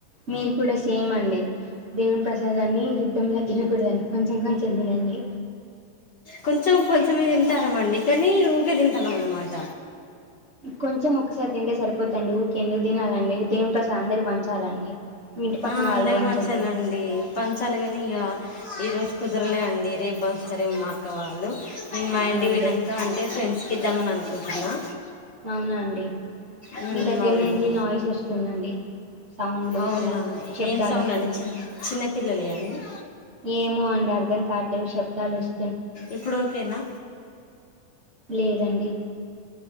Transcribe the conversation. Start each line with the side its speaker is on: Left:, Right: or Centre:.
Right: మీరు కూడా సేమ్ అండి దేవుని ప్రసాదాన్ని యుద్ధంలా తినకూడదండి కొంచెం కొంచెం తినండి
Left: కొంచెం కొంచెమే తింటానామండి కానీ ఊకే తింటానాం అనమాట
Right: కొంచెం ఒక్కసారి తింటే సరిపోతుదండి ఊకే ఎందుకు తినాలండి దేవుని ప్రసాదం అందరికీ పంచాలండి మీ ఇంటి పక్కన
Left: ఆ అందరికీ
Right: వాళ్ళకి పంచండి
Left: పంచాలండి పంచాలి గానీ ఇగ ఈ రో కుదరలే అండి రేపు బంచుతారేమో మా అక్క వాళ్ళు ఉమ్ మా
Right: అవునండి
Left: ఇంటి పోయినాంక అంటే ఫ్రెం స్ కిద్దామని అనుకుంటున్నా
Right: అవునా అండి
Left: ఉమ్
Right: మీ దగ్గర
Left: అవునండి
Right: నుంచి నాయిస్ వస్తుందండి సౌండ్లు
Left: అవునా
Right: ఇట్లా శబ్దాలు
Left: ఏం సౌండ్
Right: వస్తున్నాయి
Left: అండి చి చిన్నపిల్లలయా అండి
Right: ఏమో అండి అర్థం కావట్లేదు శబ్దాలొస్
Left: ఇప్పుడు ఓకేనా
Right: లేదండి